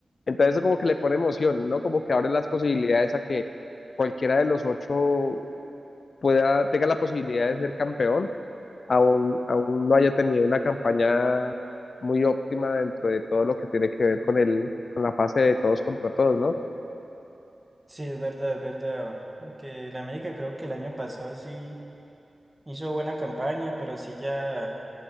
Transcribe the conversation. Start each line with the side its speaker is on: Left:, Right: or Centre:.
Left: Entonces eso como que le pone emoción, ¿no? Como que abre las posibilidades a que cualquiera de los ocho pueda, tenga la posibilidad de ser campeón, aún, aún no haya tenido una campaña muy óptima dentro de todo lo que tiene que ver con el, con la fase de todos contra todos, ¿no?
Right: Sí, es verdad, es verdad. Aunque la América creo que el año pasado sí hizo buena campaña, pero sí ya